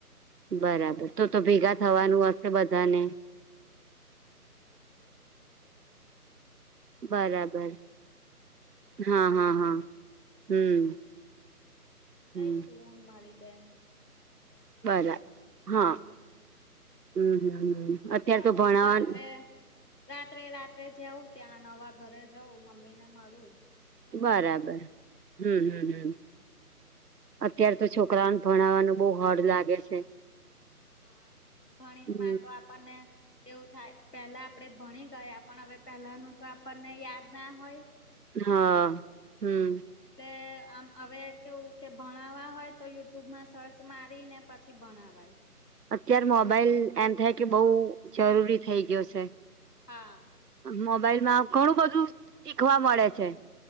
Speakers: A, on the right; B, on the left.
A: બરાબર તો તો ભેગા થવાનું હશે બધાને
B: મમ્મી બેઠા કરતો ને ફેમિલી વાળાનું
A: બરાબર
B: બોલાવશે
A: હા હા હા હમ
B: જઈશુંન
A: હમ
B: મારી બેન બે જણ
A: બરાબ
B: અમારું ફેમિલી
A: હા
B: લઈ
A: હમ હમ અત્યારે
B: જાઉ
A: તો ભણવાનું
B: હું રાત્રે રાત્રે રાત્રે જવું ત્યાં નવા ઘરે જવું મમ્મી ને મળું જઉં
A: કે બરાબર હમ હમ હમ અત્ય્યારે તો છોકરાઓને ભણાવવાનું બહુ હડ લાગે છે.
B: હા ગણિત
A: હમ
B: માં તો આપણને એવું થાય પેલા આપડે ભણી ગયા પણ હવે પેલાનું તો આપણને યાદ ના હોય
A: હા હમ
B: એટલે આમ હવે કેવું કે ભણાવવા હોય તો યુટ્યુબમાં સર્ચ મારીને પછી ભણવાય
A: અત્યારે મોબાઈલ એમ થાય કે બઉુ જરૂરી થઈ ગયો છે.
B: હા.
A: મોબાઈલ માં ઘણું બધું શીખવા મળે છે.